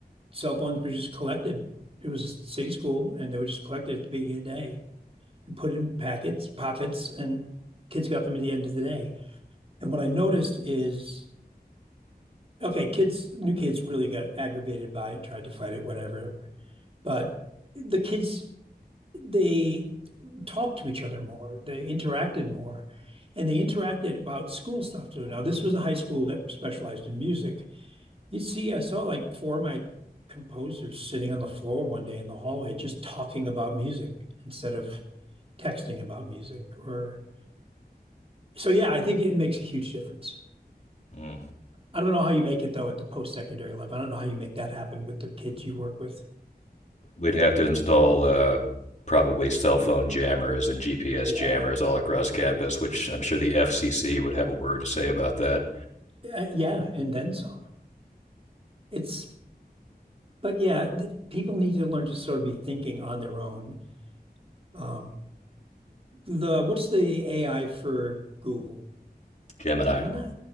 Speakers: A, on the right (about 35°); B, on the left (about 45°).
A: cell phones were just collected. It was a city school and they were just collected at the beginning of the day and put in packets, pockets, and kids got them at the end of the day. And what I noticed is okay, kids, new kids really got aggravated by it, tried to fight it, whatever. But the kids, they talked to each other more. They interacted more. And they interacted about school stuff too. Now, this was a high school that specialized in music. You'd see, I saw like four of my composers sitting on the floor one day in the hallway just talking about music instead of texting about music or so yeah, I think it makes a huge difference.
B: Hmm.
A: I don't know how you make it though at the post-secondary level. I don't know how you make that happen with the kids you work with.
B: We'd have to install uh, probably cell phone jammers and GPS
A: Yeah.
B: jammers all across campus, which I'm sure the FCC would have a word to say about that.
A: Uh, yeah, and then some. It's but yeah, th people need to learn to sort of be thinking on their own Um, the what's the AI for Google?
B: Gemini.
A: Gemini?